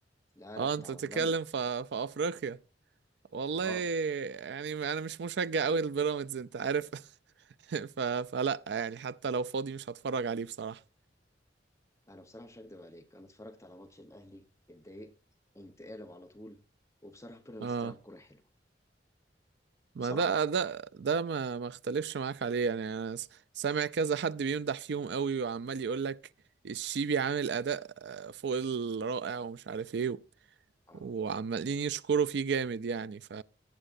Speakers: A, on the left; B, on the right.
A: لا، لأ،
B: اه
A: بتاع
B: انت
A: أورلاندو،
B: بتتكلم في في افريقيا والله
A: آه.
B: يعني انا مش مشجع قوي للبيراميدز انت عارف <laughs> ف... فلا يعني حتى لو فاضي مش هتفرج عليه بصراحة
A: أنا بصراحة مش هاكدب عليك، أنا اتفرّجت على ماتش الأهلي، اتضايقت، قُمت قالب على طول، وبصراحة بيراميدز
B: اه
A: بتلعب كورة حلوة،
B: ما
A: بصراحة،
B: ده ده ده ما ما اختلفش معاك عليه يعني انا س- سامع كذا حد بيمدح فيهم قوي وعمال يقول لك الشيبي عامل اداء آه، فوق الرائع ومش عارف ايه
A: آه.
B: وعمالين يشكروا فيه جامد يعني ف...